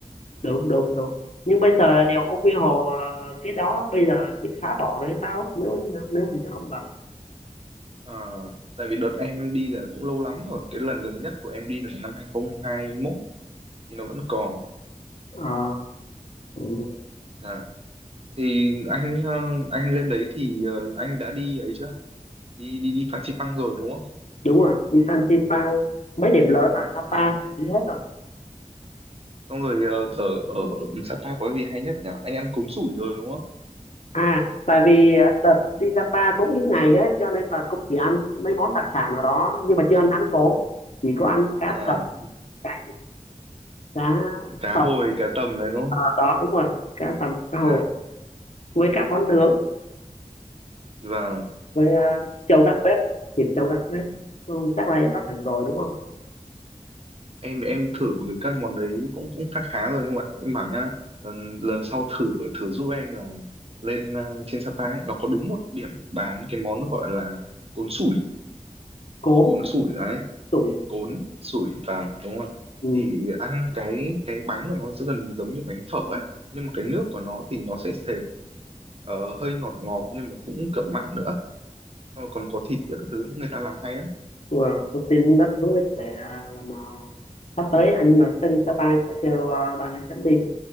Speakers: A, on the left (about 55°); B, on the right (about 45°).
A: đúng đúng đúng nhưng bây giờ đèo Ô Quy Hồ ờ, cái đó bây giờ bị phá bỏ rồi hay sao á nếu nếu mình nhớ không lầm
B: Ờ, tại vì đợt em đi là cũng lâu lắm rồi cái lần gần nhất của em đi là năm hai không hai mốt thì nó vẫn còn
A: Ờ, ừ,
B: Dạ. thì anh ờ, anh lên đấy thì ờ, anh đã đi ấy chưa đi đi đi Phan Xipang rồi đúng không
A: đúng rồi đi Fansipan mấy điểm lớn ở Sapa
B: Ờ,
A: mình đi hết rồi
B: xong rồi ờ, ở ở Sapa có gì hay nhất nhỉ anh ăn cuốn sủi rồi đúng không
A: à tại vì ờ, đợt đi Sapa cũng ít ngày á cho nên là cũng chỉ ăn mấy món đặc sản ở đó nhưng mà chưa ăn thắng cố chỉ có ăn cá
B: à
A: tầm cá cá
B: cá
A: tầm
B: hồi cá tầm đấy đúng không
A: ở đó đúng rồi cá tầm cá
B: Dạ.
A: hồi với các món nướng
B: vâng
A: với ờ, trâu gác bếp thịt trâu gác bếp ừ, chắc là em đã thử rồi đúng không
B: em em thử các món đấy cũng cũng khá khá rồi nhưng mà em bảo nhá lần lần sau thử thử giúp em là lên ờ, trên Sapa ấy, nó có đúng một điểm bán cái món nó gọi là cốn sủi
A: cốm
B: cốn sủi đấy
A: tụi
B: cốn sủi và đúng rồi
A: ừ.
B: thì ăn cái cái bánh của nó sẽ gần giống như bánh phở ấy nhưng mà cái nước của nó thì nó sẽ sệt ờ, hơi ngọt ngọt nhưng mà cũng kiểu mặn nữa Xong rồi còn có thịt các thứ người ta làm hay á
A: Wow. thông tin rất hữu ích để à, lần nào sắp tới anh mà sẽ đi Sapa anh sẽ kêu à, bạn anh dẫn đi